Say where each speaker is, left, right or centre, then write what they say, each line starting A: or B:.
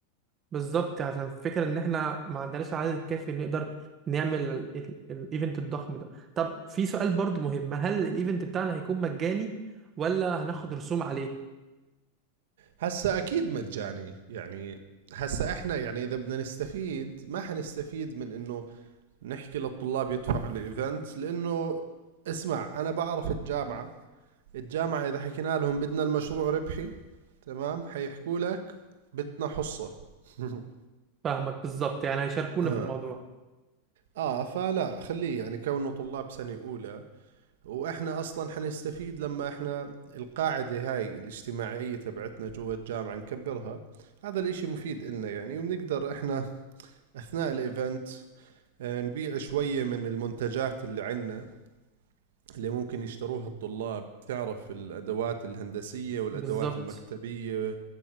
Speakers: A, on the right; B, on the right.
A: بالظبط عشان الفكره ان احنا ما عندناش العدد الكافي اللي نقدر نعمل ال- ال- الايفنت الضخم ده طب في سؤال برضو مهم هل الايفنت بتاعنا هيكون مجاني ولا هناخد رسوم عليه
B: هسا اكيد مجاني يعني هسا احنا يعني اذا بدنا نستفيد ما حنستفيد من انه نحكي للطلاب يدفعوا الايفنت لانه اسمع انا بعرف الجامعه الجامعه اذا حكينا لهم بدنا المشروع ربحي تمام حيحكوا لك بدنا حصه <laughs> <applause>
A: فاهمك بالظبط يعني هيشاركونا
B: آه.
A: في الموضوع
B: اه فلا خليه يعني كونه طلاب سنه اولى واحنا اصلا حنستفيد لما احنا القاعده هاي الاجتماعيه تبعتنا جوا الجامعه نكبرها هذا الاشي مفيد لنا يعني وبنقدر احنا اثناء الايفنت آه، نبيع شويه من المنتجات اللي عندنا اللي ممكن يشتروها الطلاب تعرف الأدوات الهندسية والأدوات
A: بالظبط
B: المكتبية